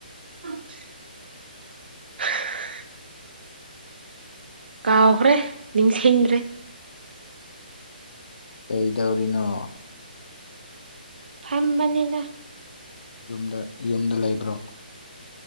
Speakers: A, on the right (about 80°); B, on the left (about 85°).
A: <unintelligible> ꯀꯥꯎꯈ꯭ꯔꯦ ꯅꯤꯡꯁꯤꯡꯈꯗ꯭ꯔꯦ
B: ꯀꯩꯗꯧꯔꯤꯅꯣ
A: ꯐꯝꯕꯅꯤꯗ
B: ꯌꯨꯝꯗ ꯌꯨꯝꯗ ꯂꯩꯕ꯭ꯔꯣ